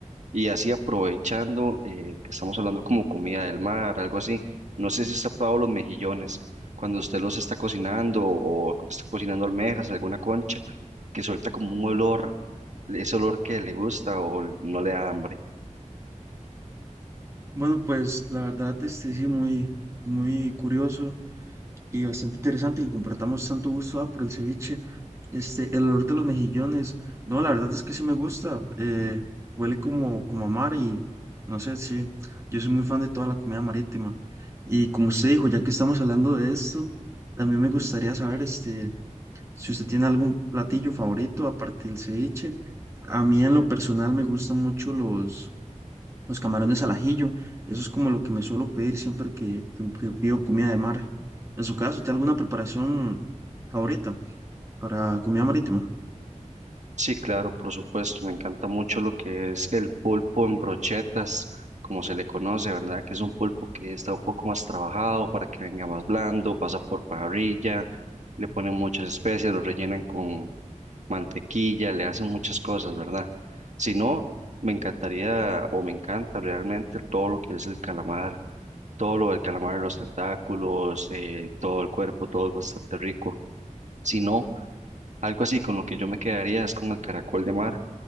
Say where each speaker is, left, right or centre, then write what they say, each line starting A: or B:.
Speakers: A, on the right; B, on the right.
A: Y así aprovechando eh, que estamos hablando como comida del mar, algo así, no sé si usted ha probado los mejillones, cuando usted los está cocinando o está cocinando almejas, alguna concha, que suelta como un olor, ese olor que le gusta o no le da hambre.
B: Bueno, pues la verdad, este sí, muy, muy curioso y bastante interesante que compartamos tanto gusto ah, por el ceviche. Este, el olor de los mejillones, no, la verdad es que sí me gusta. eh, huele como, como a mar y no sé, sí. Yo soy muy fan de toda la comida marítima. Y como usted dijo, ya que estamos hablando de esto, también me gustaría saber, este. Si usted tiene algún platillo favorito aparte del ceviche, a mí en lo personal me gustan mucho los, los camarones al ajillo. Eso es como lo que me suelo pedir siempre que, que- que pido comida de mar. En su caso, ¿tiene alguna preparación favorita para comida marítima?
A: Sí, claro, por supuesto. Me encanta mucho lo que es el pulpo en brochetas, como se le conoce, ¿verdad? Que es un pulpo que está un poco más trabajado para que venga más blando, pasa por parrilla, le ponen muchas especias, lo rellenan con mantequilla, le hacen muchas cosas, ¿verdad? Si no, me encantaría o me encanta realmente todo lo que es el calamar, todo lo del calamar, los tentáculos, eh, todo el cuerpo, todo es bastante rico. Si no, algo así con lo que yo me quedaría es con el caracol de mar.